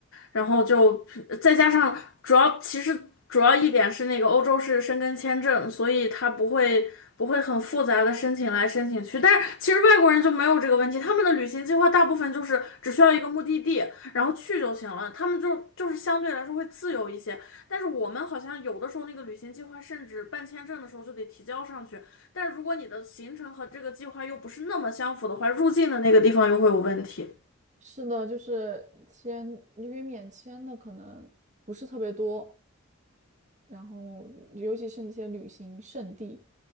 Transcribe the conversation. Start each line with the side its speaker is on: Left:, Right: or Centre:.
Left: 然后就再加上主要其实主要一点是那个欧洲是申根签证，所以它不会不会很复杂的申请来申请去。但是其实外国人就没有这个问题，他们的旅行计划大部分就是只需要一个目的地，然后去就行了，他们就就是相对来说会自由一些。但是我们好像有的时候那个旅行计划，甚至办签证的时候就得提交上去。但如果你的行程和这个计划又不是那么相符的话，入境的那个地方又会有问题。
Right: 是的，就是签，因为免签的可能不是特别多，然后尤其是那些旅行胜地，